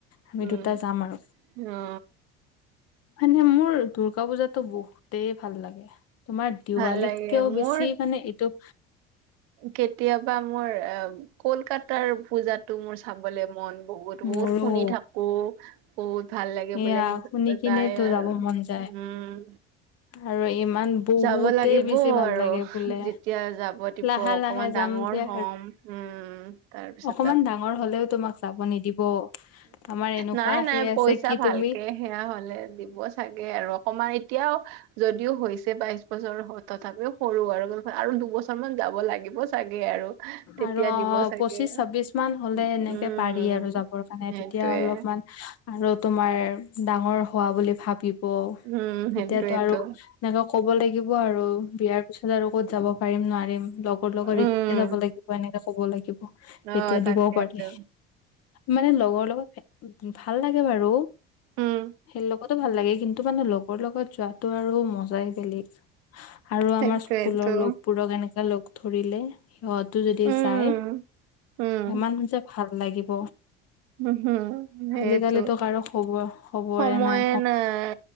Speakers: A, on the left (about 55°); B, on the right (about 75°).
A: আমি
B: উম
A: দুটা যাম আৰু।
B: অ
A: মানে মোৰ দুূৰ্গা পূজাটো বহুতেই ভাল লাগে। তোমাৰ দেৱালীতকেও
B: ভাল লাগে মোৰ
A: বেছি মানে এইটো
B: কেতিয়াবা মোৰ কলকাতাৰ পূজাত টো মোৰ চাবলে মন, বহুত, বহুত
A: মোৰো
B: শুনি থাকো। বহুত ভাল লাগে
A: এয়া
B: বোলে কিন্তু
A: শুনি কিনেতো
B: যায় আৰু
A: যাব মন যায়
B: উম।
A: আৰু ইমান বহুতেই
B: যাব লাগিব
A: বেছি
B: আৰু
A: ভাল লাগে বোলে
B: যেতিয়া যাব দিব
A: লাহে
B: অকণমান
A: লাহে যাম
B: ডাঙৰ
A: দিয়া
B: হম। উম, তাৰপিছত
A: অকণমান ডাঙৰ হলেও তোমাক যাব নিদিব। আমাৰ এনেকুৱা
B: নাই, নাই
A: সেই আছে
B: পইচা
A: কি তুমি
B: ভালকে সেয়া হলে দিব। চাগে আৰু অকমান এতিয়াও, যদিও হৈছে বাইশ বছৰ, তথাপিও সৰু আৰু আৰু দুবছৰ মান যাব লাগিব চাগে আৰু। তেতিয়া
A: আৰু অ,
B: দিব চাগে
A: পঁচিশ ছাব্বিশ মান হলে
B: উম
A: এনেকে পাৰি আৰু যাবৰ কাৰণে। মানে
B: সেইটোৱে
A: তেতিয়া অলপমান আৰু তোমাৰ ডাঙৰ হোৱা বুলি ভাবি ব
B: উম সেইটোৱেতো
A: তেতিয়াতো আৰু। এনেকে ক'ব লাগিব আৰু বিয়াৰ পিছত আৰু ক'ত যাব পাৰিম নোৱাৰিম লগৰ লগত
B: উম
A: এতিয়া যাব লাগিব। এনেকে কব লাগিব,
B: অ
A: তেতিয়া
B: তাকেইতো
A: দিবও পাৰে। মানে লগৰ লগত ভাল লাগে বাৰু।
B: উম
A: সেই <unintelligible> লগতো ভাল লাগে কিন্তু মানে লগৰ লগত যোৱাটো আৰু মজাই বেলেগ। আৰু
B: সেইটোৱেতো
A: আমাৰ স্কুলৰ লগৰবোৰক এনেকে লগ ধৰিলে সিহঁত, টো যদি
B: উম
A: যায়।
B: উম
A: ইমান যে ভাল লাগিব।
B: উম, হম, সেইটো
A: আজিকালিতো কাৰো খবৰ খবৰে
B: সময়ে
A: নাই
B: নাই।